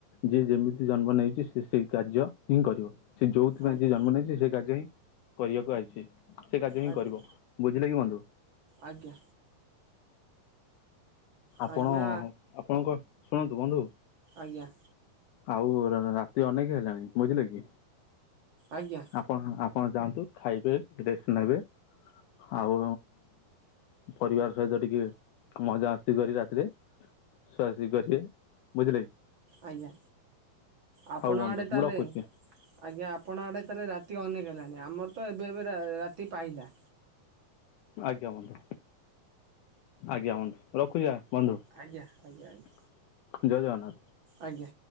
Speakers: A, on the left; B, on the right.
A: ଯିଏ ଯେମିତି ଜନ୍ମ ନେଇଛି ସିଏ ସେଇ କାର୍ଯ୍ୟ ହିଁ କରିବ। ସେ ଯୋଉଥିପାଇଁ
B: ଆଜ୍ଞା
A: ଯିଏ ଜନ୍ମ ନେଇଛି ସେ କାର୍ଯ୍ୟ ହିଁ କରିଆକୁ ଆଇଛି ସିଏ, ସେ କାର୍ଯ୍ୟ ହିଁ
B: ଆଜ୍ଞା
A: କରିବ। ବୁଝିଲେ କି ବନ୍ଧୁ।
B: ଆଜ୍ଞା।
A: ଆପଣ
B: ଆଜ୍ଞା
A: ଆପଣଙ୍କ ଶୁଣନ୍ତୁ ବନ୍ଧୁ
B: ଆଜ୍ଞା।
A: ଆଉ ର ରାତି ଅନେକେ ହେଲାଣି ବୁଝିଲେ କି
B: ଆଜ୍ଞା।
A: ଆପଣ ଆପଣ ଯାଆନ୍ତୁ ଖାଇବେ ରେଷ୍ଟ୍ ନେବେ ଆଉ ପରିବାର ସହିତ ଟିକେ ମଜାମସ୍ତି କରିବେ ରାତିରେ ସୁଆ ସୁଇ କରିବେ, ବୁଝିଲେ କି
B: ଆଜ୍ଞା ଆପଣ
A: ହଉ ବନ୍ଧୁ
B: ଆଡ଼େ ତା
A: ମୁଁ
B: ହେଲେ
A: ରଖୁଛି
B: ଆଜ୍ଞା ଆପଣ ଆଡେ ତାହେଲେ ରାତି ଅନେକ ହେଲାଣି ଆମର ତ ଏବେ ଏବେ ରା ରାତି ପାଇଲା
A: ଆଜ୍ଞା ବନ୍ଧୁ ଆଜ୍ଞା ବନ୍ଧୁ ରଖୁଚି ବନ୍ଧୁ
B: ଆଜ୍ଞା
A: ଜୟ
B: ଆଜ୍ଞା ଆଜ୍ଞା
A: ଜଗନ୍ନାଥ।
B: ଆଜ୍ଞା।